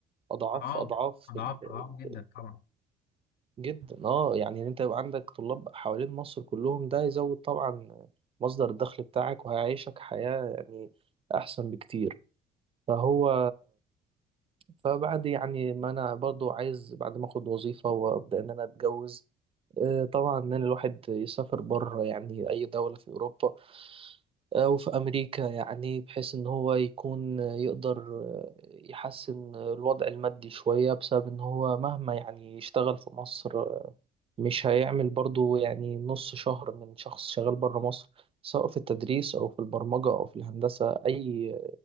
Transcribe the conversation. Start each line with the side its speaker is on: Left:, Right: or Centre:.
Right: اضعاف
Left: أضعاف
Right: اضعاف
Left: أضعاف
Right: ال-
Left: أضعاف جدا
Right: ال-
Left: طبعا
Right: جدا اه يعني ان انت يبقى عندك طلاب حوالين مصر كلهم ده يزود طبعا مصدر الدخل بتاعك وهيعيشك حياة يعني احسن بكتير فهو فبعد يعني ما انا برضو عايز بعد ما اخد وظيفة وابدا ان انا اتجوز آه، طبعا ان أنا الواحد يسافر بره يعني اي دولة في اوروبا او في امريكا يعني بحيث ان هو يكون يقدر آه، يحسن الوضع المادي شوية بسبب ان هو مهما يعني يشتغل في مصر آه، مش هيعمل برضو يعني نص شهر من شخص شغال بره مصر سواء في التدريس او في البرمجة او في الهندسة اي